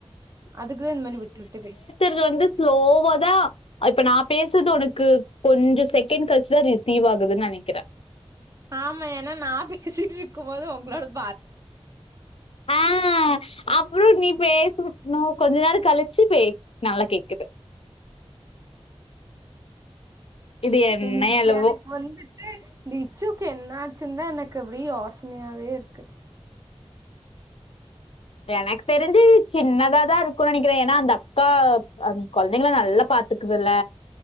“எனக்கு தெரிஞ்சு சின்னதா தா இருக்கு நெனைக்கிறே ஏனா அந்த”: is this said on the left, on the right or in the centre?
Left